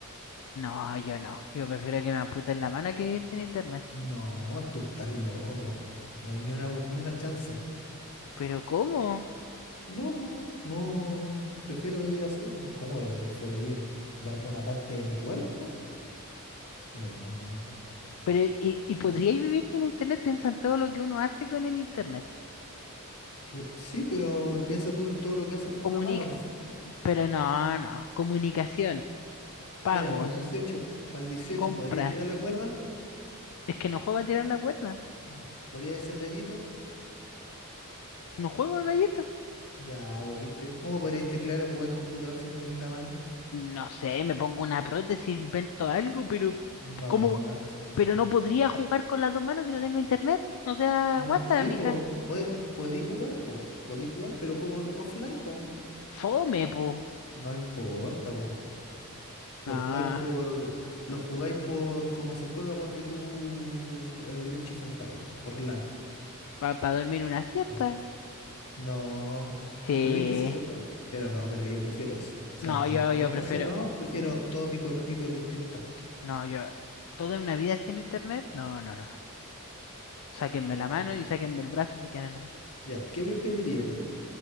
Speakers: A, on the left; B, on the left.
A: No, yo no, yo prefiero que me amputen la mano que vivir sin internet.
B: No, tú estás loco. No hay ni una, ni una chance.
A: ¿Pero cómo?
B: No, po, no, prefiero vivir así, ¿no? ¿Cómo voy a preferir va- una parte de mi cuerpo? No, no, no, no.
A: Pero, ¿y, y podríais
B: no,
A: vivir sin internet? Piensa en todo lo que uno hace con el internet.
B: Que, sí, pero piensa tú todo lo que hace con
A: Comunic
B: una mano. po. <laughs>
A: pero no, no. Comunicación, pagos,
B: Mira, para el dieciocho para el dieciocho
A: compras.
B: ¿podrías tirar la cuerda?
A: Es que no juego a tirar la cuerda.
B: Ya. ¿Podrías ser gallito?
A: No juego al gallito.
B: Ya, pues, ¿viste? ¿Cómo podrías teclar o jugar computador si no tenéis la mano?
A: No sé, me pongo una prótesis, invento algo, pero
B: No,
A: ¿cómo?
B: pues, si no.
A: Pero no podría jugar con las dos manos si no tengo internet. No sea
B: no-
A: WhatsApp,
B: sí,
A: mija.
B: pues, podéis jugar, pues, podéis jugar, pero juego en- offline, pues.
A: Fome, po.
B: No importa, pues. Lo
A: No,
B: jugáis por, lo jugáis por como se juega, ponte tú el Age of Empires, co- por LAN.
A: para dormir una siesta.
B: ¿viste? No,
A: Sí.
B: pero viste si se puede. Pero no, pero yo prefiero eso. O sea,
A: No,
B: a,
A: yo,
B: a
A: yo
B: ojos
A: prefiero.
B: cerrados prefiero todo mi cuerpito que esté intacto.
A: No, yo toda una vida sin internet, no, no, no. Sáquenme
B: No.
A: la mano y sáquenme el brazo si quieren. no.
B: Ya, ¿qué preferiríais?